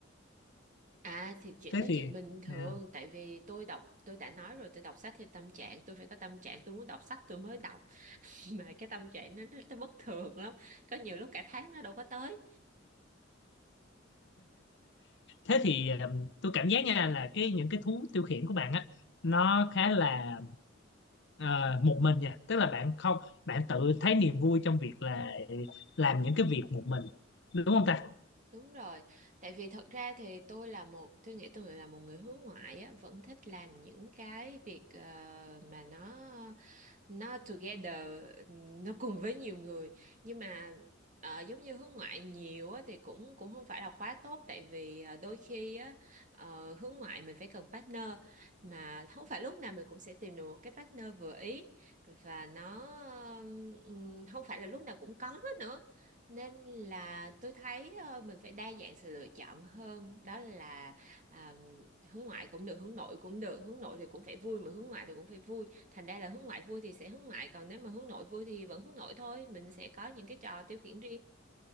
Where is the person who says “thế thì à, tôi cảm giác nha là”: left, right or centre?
Left